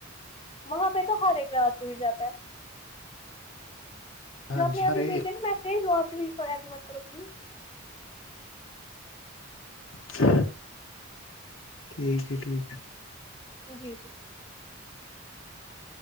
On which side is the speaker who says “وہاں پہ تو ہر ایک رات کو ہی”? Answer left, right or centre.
Left